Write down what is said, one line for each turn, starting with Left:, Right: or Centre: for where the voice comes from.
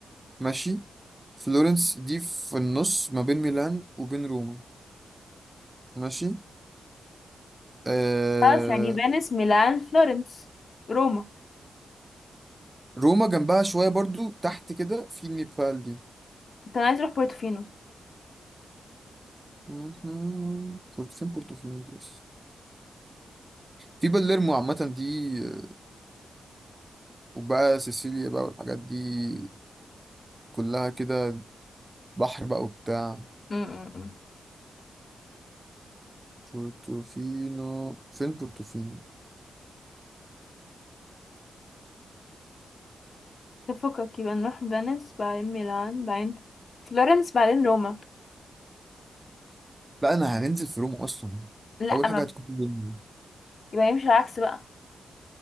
Right: ماشي فلورنس دي في النص ما بين ميلان وبين روما ماشي آه
Left: خلاص يعني فينيس ميلان فلورنس روما
Right: روما جنبها شوية برضو تحت كده في نيبال دي
Left: انت أنا عايز اروح بورتوفينو
Right: مهم. بورت- فين بورتوفينو دي بس في باليرمو عامة دي آه، وبقى سيسيليا بقى والحاجات دي كلها كده بحر بقى وبتاع
Left: امم
Right: بورتوفينو فين بورتوفينو
Left: طب فكك يبقى نروح فينيس بعدين ميلان بعدين فلورنس بعدين روما
Right: بقى انا هننزل في روما اصلا
Left: لا
Right: اول
Left: ما
Right: حاجة هتكون بيلمو.
Left: يبقى يمشي العكس بقى